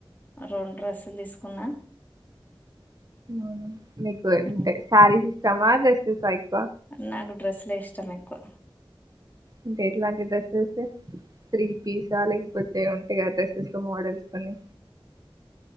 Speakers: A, on the left; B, on the right.
A: రెండ్ర డ్రెస్సులు తీసుకున్నా
B: ఆహా మీకుంటే
A: మ్మ్.
B: సారీస్ ఇష్టమా డ్రెస్సెస్ ఎక్కువ
A: నాకు డ్రెస్లే ఇష్టం ఎక్కువ
B: అంటే ఎట్లాంటి డ్రెస్సెస్ త్రీ పీసా లేకపోతే ఉంటాయి. కదా డ్రెస్సెస్ లో మోడల్స్ అని